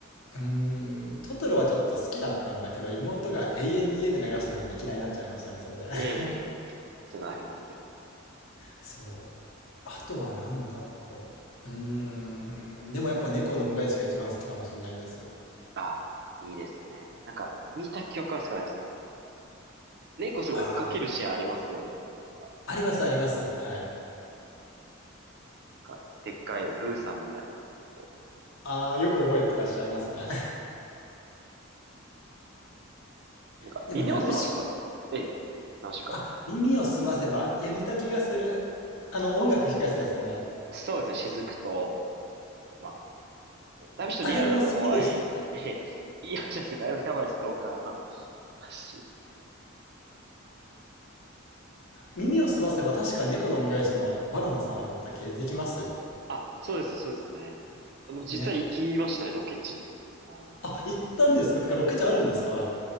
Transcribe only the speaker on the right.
ー、
えー、<laughs> そういうのありますよ。
あ、いいですね。なんか、見た記憶はすごいあります。なんか猫すごい追っかけるシーンありますよね。
なん
か、でっかいブーさんみたいな猫。
なんか、
耳をすませばと。ええ、ナウシカ。
そうですね、雫と、まあ、だいぶちょっとリアルだと怖い。
ええ、いい話ですけど、だいぶやばいストーカーな話。
あ、そうです、そうですね。僕実際行きましたね、
ロケ地に。あの、